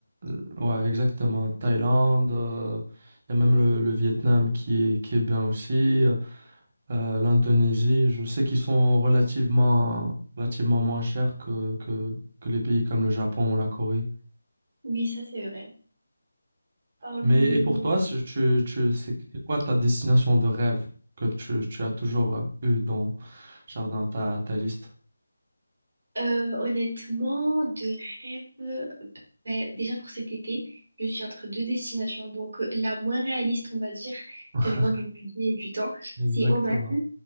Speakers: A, on the right; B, on the right.
A: euh, ouais, exactement. Thaïlande, euh, il y a même le, le Vietnam qui est, qui est bien aussi, euh, l'Indonésie, je sais qu'ils sont relativement, relativement moins chers que, que, que les pays comme le Japon ou la Corée.
B: oui, ça, c'est vrai. Hum,
A: Mais et pour toi, c'est- tu, tu, c'est c'est quoi ta destination de rêve que tu, tu as toujours euh, eu dans Jardin, ta, ta liste?
B: euh, honnêtement, de rêve, ben, déjà pour cet été, je suis entre deux destinations, donc euh, la moins réaliste, on va dire,
A: <laughs>
B: ça dépend du budget et du temps,
A: Exactement.
B: c'est Oman.